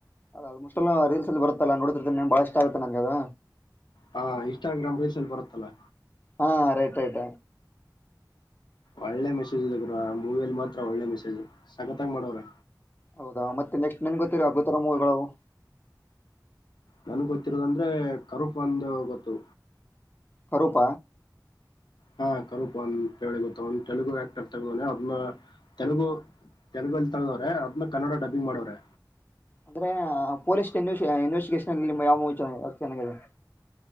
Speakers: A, on the left (about 25°); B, on the left (about 75°).
A: ಅದ ಅದ ಮುಷ್ಟೆಲ್ಲ ರಲ್ ಅಲ್ಲಿ ಬತ್ತಲ್ಲ ನೋಡ್ತಿರ್ತೇನ್ ಬಾಳ ಇಷ್ಟ ಆಗತ್ತೆ ನಂ ಅದು
B: ಹಾ ಇನ್ಸ್ಟಾಗ್ರಾಮ್ ರೀಸಲ್ಲಿ ಬರುತ್ತಲ್ಲಾ
A: ಹಾ ರೈಟ್ ೈಟ್
B: ಒಳ್ಳೆ ಮೆಸೇಜ್ ಇದೆ ಗುರ ಮೂವಿಿಯಲ್ಲಿ ಮಾತ್ರ ಒಳ್ಳೆ ಮೆಸೇಜ್ ಸಗತ್ತಂಗ ಮಾಡೋವ್ರ
A: ಹೌದಾ ಮತ್ತೆ ನೆಕ್ಟ್ ನನ್ ಗತ್ತರ ಆ ಗೋತರ ಮೂವಗಳು
B: ನನ್ಗ್ ಗೊತ್ತಿರೋದಂದ್ರೆ ಕರೂಪ್ ಒಂದು ಗೊತ್ತು
A: ತರೂಪ
B: ಹಾ ಕರೂಪ ಅಂತ ಹೇಳಿ ಗೊತ್ತ ಒಂದು ತೆಲುಗು ಆಕ್ಟರ್ ತಗ್ದವಾನೆ ಅದ್ನ್ನ ತೆಲುಗು ತೆಲುಗ ಅಲ್ಲಿ ತಳದವ್ರ ಅದ್ೇ ಕನ್ನಡ ಡಬ್ಬಂಗ್ ಮಾಡವ್ರೆ
A: ಅಂದ್ರೆ ಪೊಲೀಸ್ ಇ ಇನ್ವೆಸ್ಿಗೇಷನ್ ಅಲ್ಲಿ ಯಾವ ಚೆನ್ನಾಗಿದೆ